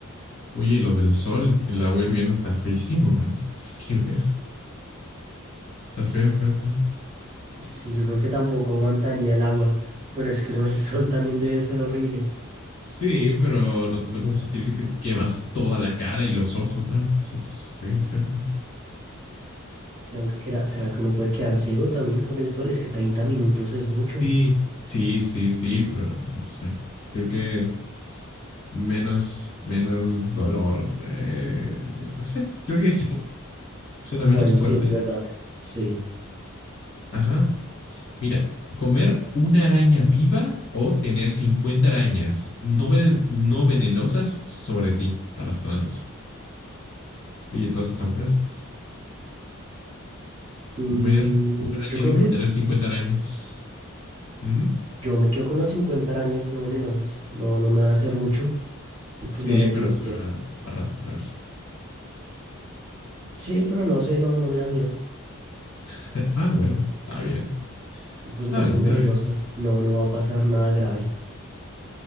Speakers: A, on the left; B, on the right.
A: Oye, lo del sol, el agua hirviendo está feísimo, ¿verdad? Qué- qué feo. Está feo, feo, feo.
B: Sí, yo creo que tampoco aguantaría el agua, pero es que lo del sol también debe ser horrible.
A: Sí, pero no tanto como sentir que te quemas toda la cara y los ojos, ¿no? Eso es bien feo, feo.
B: Sí, aunque quiera- ¿será que uno puede quedar ciego también con el sol? Es que 30 minutos es mucho.
A: Sí, sí, sí, sí, pero no sé. Creo que menos, menos dolor. eh, no sé, creo que sí, <laughs> suena
B: Bueno,
A: menos fuerte.
B: sí, es verdad. Sí.
A: Ajá. Mira, comer una araña viva o tener 50 arañas no, venen- no venenosas sobre ti, arrastrándose. Oye, todas están feas estas.
B: Mm,
A: Comer una araña
B: yo creo
A: viva
B: que
A: o tener
B: t-
A: 50 arañas. Ujú.
B: yo me quedo con las 50 arañas no venenosas. No, no me van a hacer mucho y pues
A: Sí,
B: no le
A: pero
B: tengo
A: se
B: miedo.
A: van a arrastrar.
B: Sí, pero no sé, no, no me da miedo.
A: <laughs> Ah, bueno, está bien.
B: Y pues
A: Está
B: no
A: bien,
B: son
A: está
B: venenosas,
A: bien.
B: no, no va a pasar nada grave.